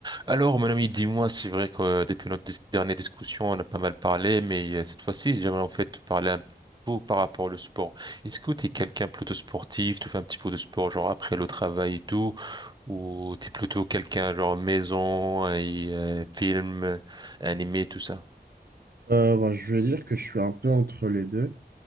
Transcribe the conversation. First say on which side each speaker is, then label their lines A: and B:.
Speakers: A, on the right (about 25°); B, on the right (about 65°).
A: Alors, mon ami, dis-moi, c'est vrai que euh, depuis notre dis- dernière discussion, on a pas mal parlé, mais euh, cette fois-ci, j'aimerais en fait te parler un peu par rapport au sport. Est-ce que tu es quelqu'un plutôt sportif, tu fais un petit peu de sport, genre après le travail et tout, ou tu es plutôt quelqu'un genre maison et euh, film, euh, animé, tout ça?
B: Euh, bah, je vais dire que je suis un peu entre les deux.